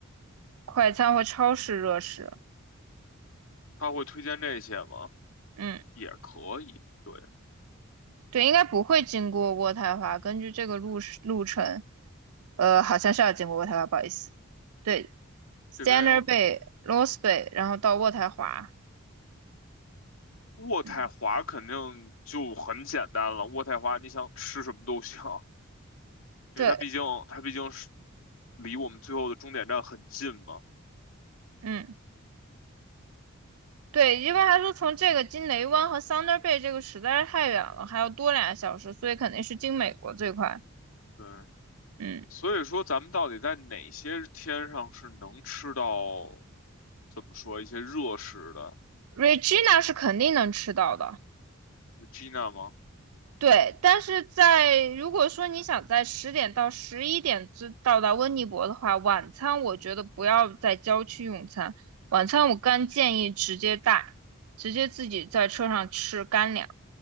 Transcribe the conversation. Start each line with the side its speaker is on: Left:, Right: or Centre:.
Right: 快餐和超市热食，
Left: 他会推荐这些吗？
Right: 嗯。
Left: 也可以。对，
Right: 对，应该不会经过渥太华。根据这个路是路程，呃，好像是要经过渥太华，不好意思。对，Standard
Left: 这边有
Right: Bay、Lost Bay，然后到渥太华。
Left: 渥太华，
Right: 嗯，
Left: 肯定就很简单了。渥太华，你想吃什么都行，因为它毕竟它毕竟是
Right: 对，
Left: 离我们最后的终点站很近嘛。
Right: 嗯，对，因为他说从这个经雷湾和 Thunder Bay 这个实在是太远了，还要多两个小时，所以肯定是经美国最快。
Left: 对，
Right: 嗯
Left: 所以说，咱们到底在哪些天上是能吃到，怎么说一些热食的
Right: ，Regina 是肯定能吃到的。
Left: 是？Gina 吗？
Right: 对，但是在如果说你想在十点到十一点之到达温尼伯的话，晚餐我觉得不要在郊区用餐，晚餐我干建议直接带，直接自己在车上吃干粮。